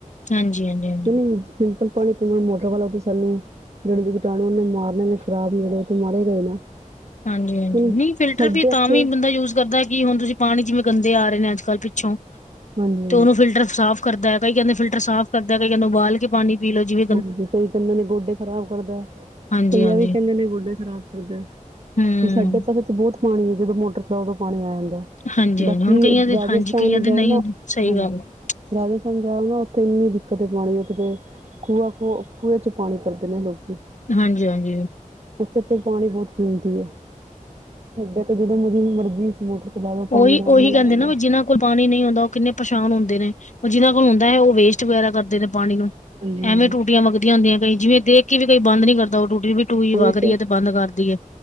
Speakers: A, on the left; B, on the right.
A: ਹਾਂਜੀ ਹਾਂਜੀ ਹਾਂਜੀ
B: ਕਿ ਨਹੀਂ ਸਿੰਪਲ ਪਾਣੀ ਕਿਵੇਂ ਮੋਟਰ ਵਾਲਾ ਤੇ ਸਾਨੂੰ ਜਿਹੜੇ ਜੋ ਕੀਟਾਣੂ ਉਹਨ ਨੇ ਮਾਰਨੇ ਨੇ ਖਰਾਬ ਨੇ ਜਿਹੜੇ ਉਹ ਤੇ ਮਾਰੇ ਗਏ ਨਾ
A: ਹਾਂਜੀ ਹਾਂਜੀ
B: ਕਿ
A: ਨਹੀਂ ਫਿਲਟਰ
B: ਸਾਡੇ
A: ਵੀ
B: ਇੱਥੇ
A: ਤਾਂ ਵੀ ਬੰਦਾ ਯੂਜ ਕਰਦਾ ਕੀ ਹੁਣ ਤੁਸੀਂ ਪਾਣੀ ਜਿਵੇਂ ਗੰਦੇ ਆ ਰਹੇ ਨੇ ਅੱਜ ਕੱਲ੍ਹ ਪਿੱਛੋਂ
B: ਹਾਂਜੀ
A: ਤੇ ਉਹਨੂੰ ਫਿਲਟਰ ਸਾਫ਼ ਕਰਦਾ ਹੈ ਕਈ ਕਹਿੰਦੇ ਫਿਲਟਰ ਸਾਫ਼ ਕਰਦੈ ਕਈ ਕਹਿੰਦੇ ਉਬਾਲ ਕੇ ਪਾਣੀ ਪੀ ਲੋ ਜੇ
B: ਹਾਂਜੀ ਕਈ ਕਹਿੰਦੇ ਨੇ ਗੋਡੇ ਖਰਾਬ ਕਰਦਾ
A: ਹਾਂਜੀ
B: ਕਈਆਂ
A: ਹਾਂਜੀ
B: ਵੀ ਕਹਿੰਦੇ ਨੇ ਗੋਡੇ ਖਰਾਬ ਕਰਦਾ ਹੁਣ
A: ਹੂੰ
B: ਸਾਡੇ ਪਾਸੇ ਤਾਂ ਬਹੁਤ ਪਾਣੀ ਹੈ ਜਦੋਂ ਮੋਟਰ ਚਲਾਓ ਉਦੋਂ ਪਾਣੀ ਆ ਜਾਂਦੈ
A: ਹਾਂਜੀ-ਹਾਂਜੀ
B: ਬਾਕੀ
A: ਹੁਣ ਕਈਆਂ ਦੇ
B: ਰਾਜਸਥਾਨ
A: ਹਾਂਜੀ ਕਈਆਂ ਦੇ
B: ਜਾਓ
A: ਨਹੀਂ
B: ਨਾ
A: ਹੁੰਦੀ, ਸਹੀ
B: ਹਾਂਜੀ
A: ਗੱਲ ਹੈ
B: ਰਾਜਸਥਾਨ ਜਾਓ ਨਾ ਤੇ ਇੰਨੀ ਦਿੱਕਤ ਹੈ ਪਾਣੀ ਉੱਥੇ ਦੇ ਖੂਆ ਖੂ ਖੂਹੇ 'ਚ ਪਾਣੀ ਭਰਦੇ ਨੇ ਲੋਕ
A: ਹਾਂਜੀ ਹਾਂਜੀ
B: ਉੱਥੇ ਤੇ ਪਾਣੀ ਬਹੁਤ ਕੀਮਤੀ ਐ ਸਾਡੇ ਤੇ ਜਦੋਂ ਮਰੀ ਮਰਜ਼ੀ ਮੋਟਰ ਚਲਾ ਲਓ ਪਾਣੀ
A: ਉਹੀ
B: ਆਰਾਮ
A: ਉਹੀ
B: ਨਾਲ
A: ਕਹਿੰਦੇ
B: ਆ ਜਾਂਦਾ।
A: ਨਾ ਵੀ ਜਿਨਾਂ ਕੋਲ ਪਾਣੀ ਨਹੀਂ ਹੁੰਦਾ ਉਹ ਕਿੰਨੇ ਪੇਸ਼ਾਨ ਹੁੰਦੇ ਨੇ ਜਿਹਨਾਂ ਕੋਲ ਹੁੰਦੈ ਉਹ ਵੇਸਟ ਵਗੈਰਾ ਕਰਦੇ ਨੇ ਪਾਣੀ ਨੂੰ
B: ਹਾਂਜੀ ਹਾਂਜੀ
A: ਐਵੇਂ ਟੂਟੀਆਂ ਵਗਦੀਆਂ ਹੁੰਦੀਆਂ ਕਈ ਜਿਵੇਂ ਦੇਖ ਕੇ ਵੀ ਕਈ ਬੰਦ ਨੀ ਕਰਦਾ ਉਹ ਟੂਟੀ ਵੀ ਟੂਈ
B: ਉਹੀ
A: ਵਗਰੀ
B: ਤਾਂ
A: ਏ ਤੇ ਬੰਦ ਕਰਦੀ ਏ